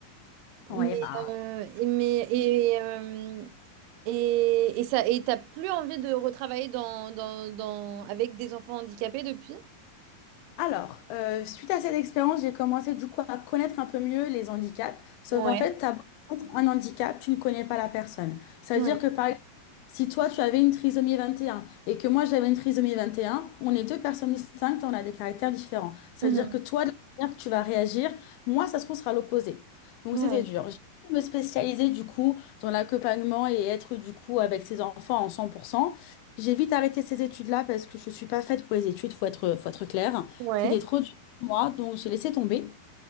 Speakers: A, on the right; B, on the left.
A: mais,
B: Ouais, bah.
A: euh, et- mais et, euh, et, et ça et t'as plus envie de retravailler dans, dans, dans avec des enfants handicapés depuis?
B: Alors, euh, suite à cette expérience, j'ai commencé du coup à connaître un peu mieux les handicaps. Sauf
A: Ouais.
B: qu'en fait, tu as un handicap, tu ne connais pas la personne. Ça
A: Ouais.
B: veut dire que par si toi, tu avais une trisomie 21 et un et que moi, j'avais une trisomie 21, on est deux personnes distinctes on a des caractères différents. C'est-à-dire
A: Mhm.
B: que toi, de la manière que tu vas réagir, moi, ça se trouve, sera l'opposé. Donc,
A: Ouais.
B: c'était dur. J'ai voulu me spécialiser du coup dans l'accompagnement et être du coup avec ces enfants en 100%. J'ai vite arrêté ces études-là parce que je ne suis pas faite pour les études, faut être, faut être clair.
A: Ouais.
B: C'était trop dur pour moi, donc j'ai laissé tomber.